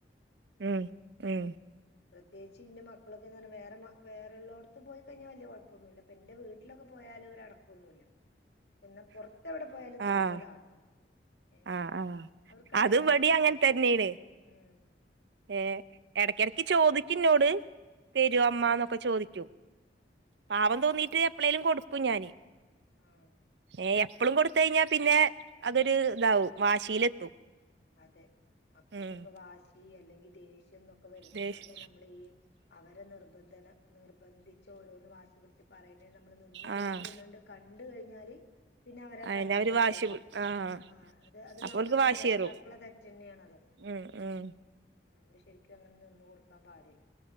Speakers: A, on the right; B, on the left.
A: ഉം ഉം
B: ചേച്ചിന്റെ മ മക്കളൊക്കെന്നാല് വേറെ മാ വേറുള്ളോടത്ത് പോയി കഴിഞ്ഞാല് വലിയ കുഴപ്പൊന്നുല്ല ഇപ്പ എന്റെ വീട്ടിലൊക്കെ പോലും ഒരടക്കൊന്നുല്ല എന്നാ പൊറത്തെവിടെ പോയാലും നല്ലതാട്ടോ
A: ആഹ്
B: ഏ കാരണം
A: ആഹ് ആഹ്
B: അവർക്കറിയാ
A: അതിവിടേം അങ്ങനെ തന്നെണ്
B: ഉം
A: ഏഹ് എടക്കെടക്ക്
B: ആഹ്
A: ചോദിക്കെന്നോട് തെരോ
B: ആഹ്
A: അമ്മ എന്നൊക്കെ ചോദി റ്റും പാവം തോന്നീട്ട് എപ്പളേലും കൊടുക്കും ഞാന്
B: ആഹ്
A: എ എം പ്പളും കൊടുത്തയിഞ്ഞാ പിന്നെ അതൊര് താവും വാശീലെത്തും
B: അതെ മക്കൾക്കിപ്പ
A: ഉം
B: വാശീ അല്ലെങ്കി ദേശ് ന്നൊക്കെ വരുന്നതെന്നെ
A: ദേഷ്
B: നമ്മളീ അവരെ നിർബന്ധന നിർബന്ധി ചോരോന്ന് വാശ് പിടിച്ച് പറയണേ നമ്മള് നിന്ന് കൊടുക്കുന്നുണ്ട്
A: ആഹ്
B: കണ്ട് കഴിഞ്ഞാല് പിന്നെ അവരെ
A: അയെന്നെ
B: പറഞ്ഞിട്ട്
A: അവര്
B: കാര്യവില്ല
A: വാശി പി ആഹ്
B: ആ അത് അത്
A: അപ്പോൽക്ക്
B: നമ്മള്
A: വാശിയേറും
B: മാതാപിതാ തെറ്റെന്നെയാണതൊക്കെ
A: ഉം ഉം
B: നമ്മള് ശരിക്കും അങ്ങനെ നിന്നു കൊടുക്കാൻ പാടില്ല